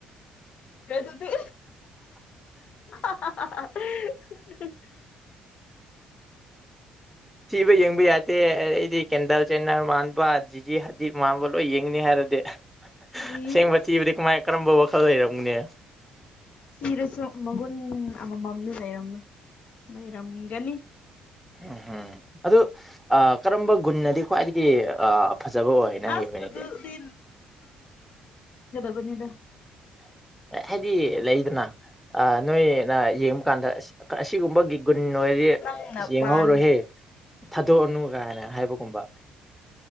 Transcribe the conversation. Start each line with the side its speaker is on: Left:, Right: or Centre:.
Left: ꯀꯦ ꯇꯨꯗꯤ ꯑꯍꯍꯍ <unintelligible>
Centre: ꯊꯤꯕ ꯌꯦꯡꯕ ꯌꯥꯇꯦ ꯑꯩꯗꯤ ꯀꯦꯟꯗꯜ ꯆꯦꯟꯅꯔ ꯃꯥꯟꯕ ꯖꯤꯖꯤ ꯍꯖꯤꯠ ꯃꯥꯟꯕ ꯂꯣꯏ ꯌꯦꯡꯅꯤ ꯍꯥꯏꯔ ꯗꯤ
Left: ꯏꯁ
Centre: ꯑꯁꯦꯡꯕ ꯊꯤꯕꯗꯤ ꯀꯃꯥꯏ ꯀꯔꯝꯕ ꯋꯥꯈꯜ ꯂꯩꯔꯝꯒꯅꯤ꯫
Left: ꯊꯤꯔꯁꯨ ꯃꯒꯨꯟ ꯑꯃ ꯃꯝꯂꯤ ꯂꯩꯩꯔꯝꯒꯅꯤ꯫ ꯂꯩꯔꯝꯒꯅꯤ꯫
Centre: ꯎꯝꯍ ꯑꯗꯨ ꯑ ꯀꯔꯝꯕ ꯒꯨꯟꯅꯗꯤ ꯈ꯭ꯋꯥꯏꯗꯒꯤ ꯑ ꯐꯖꯕ ꯑꯣꯏ ꯅꯪꯒꯤ
Left: ꯑꯁ
Centre: ꯑꯣꯏꯅꯗꯤ
Left: ꯑꯗꯨꯗꯤ ꯕꯅꯤꯗ
Centre: ꯍꯥꯏꯗꯤ ꯂꯩꯗꯅ ꯅꯣꯏꯅ ꯌꯦꯡꯕ ꯀꯥꯟꯗ ꯑꯁꯤꯒꯨꯝꯕꯒꯤ ꯀꯒꯨꯟꯣꯏꯗꯤ
Left: ꯅꯪꯅ
Centre: ꯌꯦꯡꯍꯧꯔꯣꯍꯦ
Left: ꯄꯥꯟ
Centre: ꯊꯥꯗꯣꯛꯑꯅꯨ ꯀꯥꯏꯅ ꯍꯥꯏꯕꯒꯨꯝꯕ